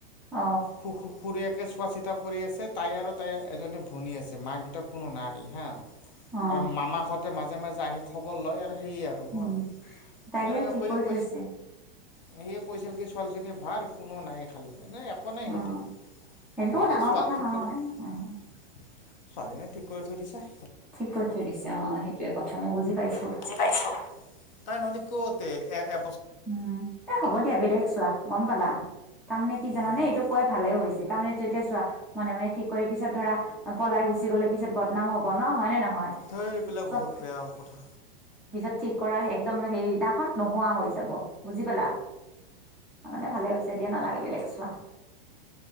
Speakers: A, in the centre; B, on the left.
A: অ
B: খুখু খুৰীয়েকে চোৱা চিতা কৰি আছে, তাই আৰু তাই এজনী ভনী আছে, মাক দেউতাক কোনো নাই হা
A: অ
B: আৰু মামাহঁতে মাজে মাজে আহি খবৰ লয় আৰু সেয়ে আৰু
A: উম
B: হা,
A: তাইকেইজনী
B: সেইকাৰণে
A: ঠিক
B: কৰি
A: থৈছে
B: সেয়ে কৈছিল কি ছোৱালীজনী বাৰ কোনো না খালি মানে একো নাই
A: অ
B: সেইটো।
A: সেইটোতো
B: এই
A: ডাঙৰ
B: ছোৱালী
A: কথা
B: ঠিক
A: নহয়
B: কৰি ছোৱালীহে
A: অ
B: ঠিক কৰি থৈ দিছে।
A: ঠিক কৰি থৈ দিছে অ', সেইটোয়ে কথা মই বুজি পাইছোঁ।
B: বুজি পাইছোঁ, তাই নহ'লে ক'ত এ-এ
A: উম, এ হ'ব দিয়া বেলেগ চোৱা, গ'ম পালা, তাৰমানে কি
B: ধেই
A: জানানে এইটো কৈ ভালে হৈছে, তাৰমানে এইটো এতিয়া চোৱা মনে মনে ঠিক কৰি পিছত ধৰা পলাই গুচি গ'লে পিছত বদনাম হ'ব ন, হয়নে নহয়?
B: ধৈ, এইবিলাক
A: চব
B: বহুত বেয়া কথা।
A: পিছত ঠিক কৰাৰ একদম সেইদিনাখন নোহোৱা হৈ যাব, বুজি পালা। তাৰমানে ভালে হৈছে। এতিয়া নালাগে বেলেগ চোৱা,